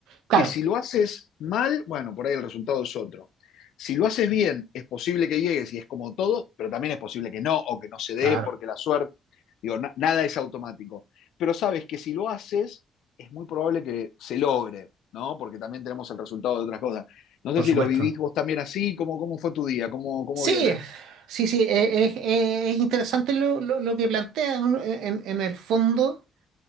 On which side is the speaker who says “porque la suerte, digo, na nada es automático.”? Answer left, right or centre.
Left